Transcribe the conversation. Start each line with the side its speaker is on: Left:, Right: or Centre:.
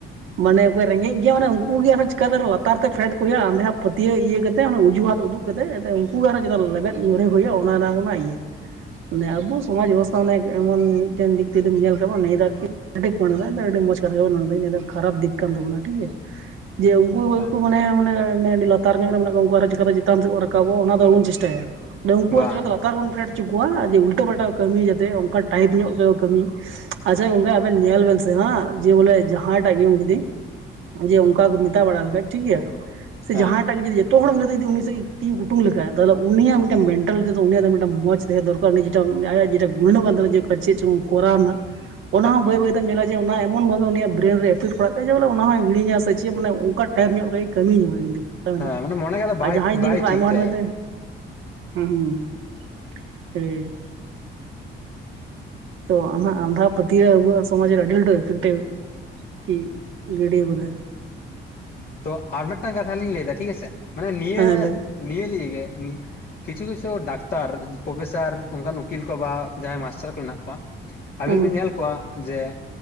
Right: ᱢᱟᱱᱮ ᱚᱠᱚᱭ ᱨᱮᱸᱜᱮᱡ ᱜᱮᱭᱟ ᱢᱟᱱᱮ ᱩᱱᱠᱩ ᱜᱮ ᱟᱨᱚᱸ ᱪᱤᱠᱟᱛᱮ ᱞᱟᱛᱟᱨ ᱛᱮ ᱯᱷᱮᱰ ᱠᱚ ᱦᱩᱭᱩᱜ-ᱟ ᱟᱸᱫᱷᱟ ᱯᱟᱹᱛᱭᱟᱹ ᱤᱭᱟᱹ ᱠᱟᱛᱮ ᱾ ᱮᱱᱛᱮ ᱚᱱᱟ ᱩᱡᱩ ᱦᱟᱛ ᱩᱫᱩᱜ ᱠᱟᱛᱮᱫ ᱮᱱᱛᱮ ᱩᱱᱠᱩ ᱜᱮ ᱟᱨᱚ ᱡᱮᱫᱟ ᱞᱮᱵᱮᱫ ᱧᱩᱨᱦᱩ ᱠᱚ ᱦᱩᱭᱩᱜᱼᱟ ᱚᱱᱟ ᱨᱮᱱᱟᱜ ᱤᱭᱟᱹ᱾
Left: <unintelligible>
Right: ᱢᱟᱱᱮ ᱟᱵᱩ ᱥᱚᱢᱟᱡ ᱵᱮᱵᱚᱥᱷᱟ ᱮᱢᱚᱱ ᱢᱤᱫᱴᱮᱱ ᱫᱤᱠ ᱛᱤᱭᱮᱢ ᱧᱮᱞ ᱠᱮᱫ ᱟᱨᱠᱤ ᱢ ᱟᱹᱰᱤ ᱢᱚᱡᱽ ᱠᱟᱛᱷᱟ ᱜᱮ ᱢᱮᱱᱫᱟ ᱱ <inaudible> ᱠᱷᱟᱨᱟᱯ ᱫᱤᱠ ᱠᱟᱱ ᱛᱟᱵᱚᱱᱟ ᱴᱷᱤᱠ ᱜᱮᱭᱟ ᱡᱮ ᱩᱱᱠᱩ ᱚᱠᱚᱭ
Left: ᱦᱮᱸ
Right: ᱠᱚ ᱢᱟᱱᱮ ᱢᱟᱱᱮ ᱟᱰᱤ ᱞᱟ ᱛᱟᱨ ᱧᱚᱜ ᱨᱮ ᱢᱮᱱᱟᱜ ᱠᱚ ᱩᱱᱠᱩ ᱟᱨᱚ ᱪᱤᱠᱟᱛᱮ ᱪᱮᱛᱟᱱ ᱥᱮᱫ ᱠᱚ ᱨᱟᱠᱟᱵᱚᱜᱼᱟ ᱚᱱᱟ ᱫᱚ ᱵᱟᱵᱚᱱ ᱪᱮᱥᱴᱟᱭᱟ ᱩᱱᱠᱩᱣᱟᱜ
Left: ᱵᱟᱝ
Right: ᱪᱤᱠᱟᱛᱮ ᱞᱟᱛᱟᱨ ᱞᱟᱛᱟᱨ ᱵᱚᱱ ᱯᱷᱮᱰ ᱪᱚ ᱠᱚᱣᱟ ᱡᱮ ᱩᱞᱴᱟᱹ ᱯᱟᱞᱴᱟᱣ ᱠᱟᱹᱢᱤ ᱡᱟᱛᱮ ᱚᱱᱠᱟ ᱴᱟᱭᱤᱯ ᱧᱚᱜ ᱦᱚᱪᱚ ᱠᱚ ᱠᱟᱹᱢᱤ ᱟᱪᱷᱟ ᱜᱚᱝᱠᱮ ᱟᱵᱮᱱ ᱧᱮᱞ ᱵᱮᱱ ᱥᱮ ᱦᱟᱜ ᱡᱮ ᱵᱚᱞᱮ ᱡᱟᱦᱟ ᱡᱟᱦᱟᱸᱴᱟᱜ ᱜᱮ ᱡᱩᱫᱤ ᱡᱮ ᱚᱱᱠᱟ ᱠᱚ ᱢᱮᱛᱟ ᱵᱟᱲᱟ ᱞᱮᱠᱷᱟᱡ ᱴᱷᱤᱠ ᱜᱮᱭᱟ ᱥᱮ
Left: ᱦᱮᱸ
Right: ᱡᱟᱦᱟᱸᱴᱟᱜ ᱜᱮ ᱡᱩᱫᱤ ᱡᱚᱛᱚ ᱦᱚᱲᱮᱢ ᱞᱟᱹᱭᱟ ᱡᱩᱫᱤ ᱩᱱᱤ ᱥᱮ ᱛᱤ ᱠᱩᱴᱩᱝ ᱞᱮᱠᱷᱡ ᱛᱟᱦᱚᱞᱮ ᱩᱱᱤᱭᱟᱜ ᱢᱤᱫᱴᱮᱱ ᱢᱮᱱᱴᱟᱞ ᱛᱚ ᱩᱱᱤᱭᱟᱜ ᱫᱚ ᱢᱤᱫᱴᱟᱝ ᱢᱚᱡᱽ ᱥᱮ ᱫᱚᱨᱠᱟᱨ ᱩᱱᱤ ᱡᱮᱴᱟ ᱟᱭᱟᱜ ᱡᱮᱴᱟ ᱜᱩᱱᱟᱹᱱᱚᱜ ᱠᱟᱱ ᱛᱟᱦᱮᱱᱟ ᱡᱮ ᱪᱮᱫ ᱪᱚᱝ ᱠᱚᱨᱟᱣ ᱱᱟᱦᱟᱜ᱾
Left: <unintelligible>
Right: ᱚᱱᱟ ᱦᱚᱸ ᱵᱟᱹᱭ ᱵᱟᱹᱭᱛᱮᱢ ᱧᱮᱞᱟ ᱡᱮ ᱚᱱᱟ ᱮᱢᱚᱱ ᱵᱷᱟᱵᱮ ᱩᱱᱟᱜ ᱾ ᱵᱨᱮᱱ ᱨᱮ ᱮᱯᱷᱮᱠᱴ ᱯᱟᱲᱟᱜ ᱛᱟᱭᱟ ᱡᱮ ᱵᱚᱞᱮ ᱚᱱᱟ ᱦᱚᱸ ᱦᱤᱲᱤᱧᱟ ᱥᱮ ᱪᱮᱫ ᱢᱟᱱᱮ ᱚᱱᱠᱟ ᱴᱟᱭᱤᱢ ᱧᱚᱜ ᱨᱮᱭ ᱠᱟᱹᱢᱤ ᱧᱚᱜᱼᱟ ᱠᱤᱱᱛᱩ ᱾ <unintelligible>
Left: ᱦᱮᱸ ᱢᱟᱱᱮ ᱢᱚᱱᱮ ᱜᱮ ᱟᱫᱚ
Right: ᱟᱨ
Left: ᱵᱟᱭ
Right: ᱡᱟᱦᱟᱸᱭ ᱡᱩᱫᱤ
Left: ᱵᱟᱭ
Right: ᱚᱱᱠᱟ ᱟᱭᱢᱟ
Left: ᱴᱷᱤᱠ
Right: ᱦᱚᱲᱟᱛᱮ
Left: ᱛᱟᱭᱟ
Right: ᱦᱩᱸᱦᱩᱸ, ᱮᱸ᱾ ᱛᱚ, ᱟᱢᱟᱜ ᱟᱸᱫᱷᱟ ᱯᱟᱹᱛᱭᱟᱹᱣ ᱟᱵᱚᱣᱟᱜ ᱥᱚᱢᱟᱡᱽ ᱨᱮ ᱟᱹᱰᱤ ᱞᱟᱹᱴᱩ ᱮᱯᱷᱮᱠᱴᱮ ᱟᱨᱠᱤ ᱜᱤᱰᱤ ᱟᱠᱟᱫᱟᱭ᱾
Left: ᱛᱚ ᱟᱨ ᱢᱮᱫᱴᱟᱝ ᱠᱟᱛᱷᱟ ᱞᱤᱧ ᱞᱟᱹᱭᱫᱟ ᱴᱷᱤᱠ ᱟᱪᱷᱮ ᱢᱟᱱᱮ ᱱᱤᱭᱟᱹ
Right: ᱦᱮᱸ ᱞᱟᱹᱭ
Left: ᱱᱤᱭᱟᱹ ᱞᱤᱭᱮ ᱜᱮ᱾ ᱠᱤᱪᱷᱩ ᱠᱤᱪᱷᱩ ᱰᱟᱠᱛᱟᱨ, ᱯᱨᱚᱯᱷᱮᱥᱟᱨ, ᱚᱝᱠᱟᱱ ᱩᱠᱤᱞ ᱠᱚ ᱵᱟ ᱡᱟᱦᱟᱸᱭ ᱢᱟᱥᱴᱟᱨ ᱠᱚ ᱢᱮᱱᱟᱜ ᱠᱚᱣᱟ᱾ ᱟᱹᱵᱤᱱ
Right: ᱦᱮᱸ
Left: ᱵᱤᱱ ᱧᱮᱞ ᱠᱚᱣᱟ ᱡᱮ